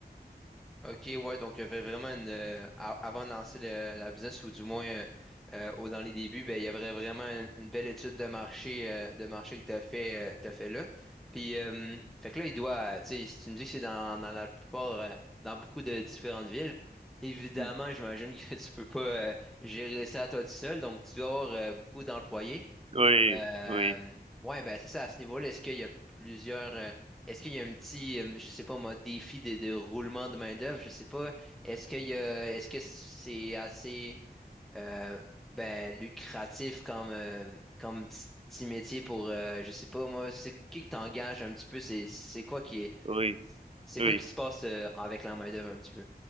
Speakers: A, in the centre; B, on the right.
A: OK, ouais, donc il y avait vraiment une, euh, a- avant de lancer le- la business, ou du moins euh, euh, au- dans les débuts, ben, il y avait vraiment une, une belle étude de marché, euh, de marché que tu as fait, euh, t'as fait là. Puis, euh, fait que là, il doit, euh, tu sais, si tu me dis que c'est dans, dans la plupart, euh, dans beaucoup de différentes villes, évidemment,
B: Mm.
A: j'imagine que <laughs> tu peux pas euh, gérer ça à toi tout seul, donc tu dois avoir euh, beaucoup d'employés.
B: Oui,
A: Euh,
B: oui,
A: ouais, ben c'est ça, à ce niveau-là, est-ce qu'il y a plusieurs. euh, est-ce qu'il y a un petit, euh, je sais pas moi, défi de, de roulement de main-d'œuvre, je sais pas. Est-ce qu'il y a, est-ce que c'est assez euh, ben, lucratif comme, euh, comme petit petit métier pour euh, je sais pas moi, c'est qui que t'engages un petit peu, c'est c'est quoi qui est
B: oui,
A: c'est
B: oui.
A: quoi qui se passe euh, avec la main-d'œuvre un petit peu?